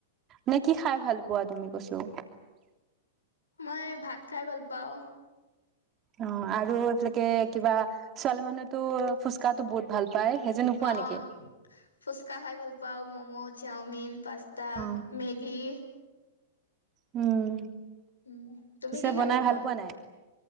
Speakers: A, on the right; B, on the left.
A: নে কি খাই ভাল পোৱা, তুমি কৈছো?
B: মই ভাত খাই ভাল পাওঁ।
A: অ, আৰু এইফালেকে কিবা, ছোৱালী মানুহেতো ফুচকাতো বহুত ভাল পায় সেইযোৰ নোপোৱা
B: অ,
A: নেকি
B: ফুচকা খাই ভাল পাও। মমো, চাওমিন, পাস্তা,
A: অ
B: মেগি।
A: উম।
B: উম, তুমি
A: পিছে
B: কি
A: বনাই
B: খাই ভাল পোৱা?
A: নাই